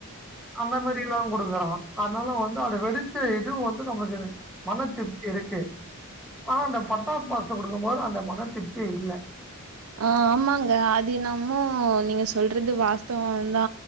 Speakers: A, in the centre; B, on the right.
A: அந்த மாரில்லா குடு க்கறாங்க அதனால வந்து அத வெடிச்ச இதுவு வந்து நம்மளுக்கு மன திருப்தி இருக்கு ஆனா அந்த பட்டாசு பாக்ஸ் குடுக்கும்போது அந்த மன திருப்த்தியே இல்ல
B: ஆ ஆமாங்க அதுயென்னம்மோ நீங்க சொல்றது வாஸ்தவம் தா